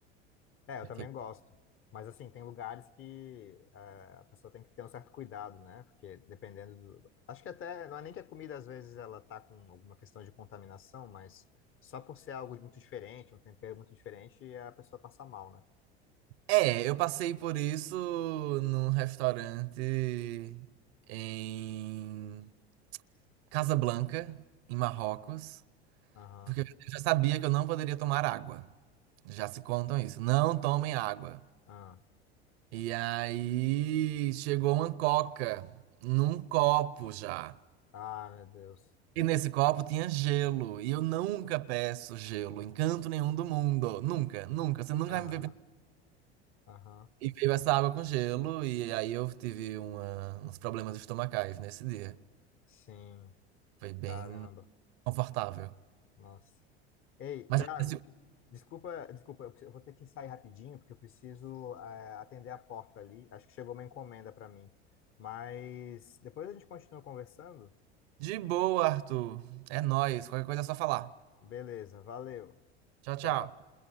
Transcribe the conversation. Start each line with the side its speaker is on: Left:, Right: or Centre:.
Left: É,
Right: Porque
Left: eu também gosto. Mas, assim, tem lugares que eh, a pessoa tem que ter um certo cuidado, né? Porque dependendo do. Acho que até. Não é nem que a comida, às vezes, ela tá com alguma questão de contaminação, mas só por ser algo muito diferente, um tempero muito diferente, é a pessoa passa mal, né?
Right: É, eu passei por isso num restaurante em Casablanca, em Marrocos,
Left: Aham.
Right: porque eu já sabia que eu não poderia tomar água. Já se contam isso, não tomem água.
Left: aham.
Right: E aí chegou uma coca num copo já.
Left: Ah, meu Deus.
Right: E nesse copo tinha gelo, e eu nunca peço gelo em canto nenhum do mundo, nunca, nunca, você nunca
Left: Aham.
Right: vai me ver
Left: Aham.
Right: E veio essa água com gelo, e aí eu tive uma- uns problemas estomacais nesse dia.
Left: Sim.
Right: Foi bem
Left: Caramba.
Right: confortável.
Left: Nossa. Ei,
Right: Mas
Left: Iago,
Right: assim,
Left: desculpa, desculpa, eu preciso- eu vou ter que sair rapidinho, porque eu preciso, eh, atender a porta ali. Acho que chegou uma encomenda para mim. Mas depois a gente continua conversando.
Right: de boa, Arthur. É nóis. Qualquer coisa é só falar.
Left: Beleza, valeu.
Right: Tchau,
Left: Tchau.
Right: tchau.